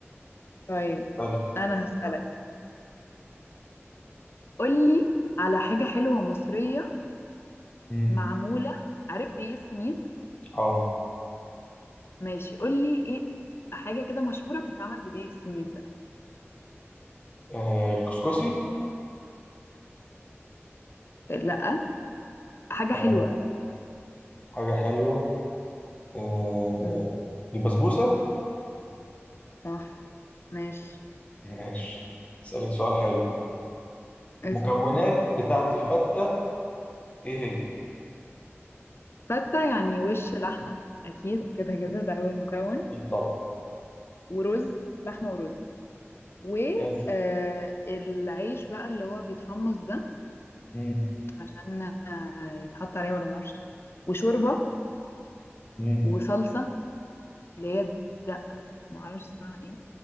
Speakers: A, on the left; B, on the left.
A: طيب
B: حلو.
A: انا هسألك قولي على حاجة حلوة مصرية
B: مم.
A: معمولة عارف دقيق السميد
B: اه
A: ماشي قولي ايه حاجة كده مشهورة بتتعمل بدقيق السميد ده
B: آه، الكسكسي
A: لا حاجة
B: آه.
A: حلوة
B: حاجة حلوة آه.
A: امم
B: البسبوسة
A: صح ماشي
B: ماشي اسألك سؤال حلو المكونات
A: اسأل.
B: بتاعة الفتة ايه هي؟
A: فتة يعني وش لحمة أكيد كده كده ده أول مكون
B: ايه طبعا
A: ورز لحمة ورز والعيش
B: ماشي
A: بقى اللي هو بيتحمص ده
B: مم.
A: عشان آه، يتحط عليه ولا معرفش وشوربة
B: مم.
A: وصلصة اللي هي دقة معرفش اسمها ايه